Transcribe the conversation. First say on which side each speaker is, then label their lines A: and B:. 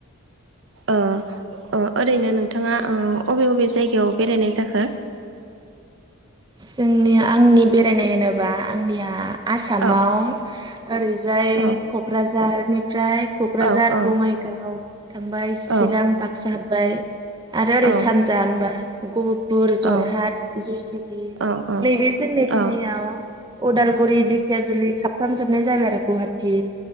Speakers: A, on the right; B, on the right.
A: ओ। अ ओरैनो नोंथाङा ओ अबे अबे जायगायाव बेरायनाय जाखो?
B: जोंनि आंनि बेरायनाय होनोबा आंनिया आसामाव
A: औ
B: ओरैजाय
A: औ
B: क'क्राझार प्राय क'क्राझार
A: औ औ
B: बङाइगाव। थांबाय चिरां
A: औ
B: बाक्सा हाबाय। आरो ओरै
A: औ
B: सानजा होनबा। गहब फुर जरहाट
A: औ
B: जयसिद
A: औ
B: नैबे जोंनिखिनियाव
A: औ
B: उदालगुरि दिखियाजुलि हाब फ्रामजोबनाय जाय आरो गुाहाट टि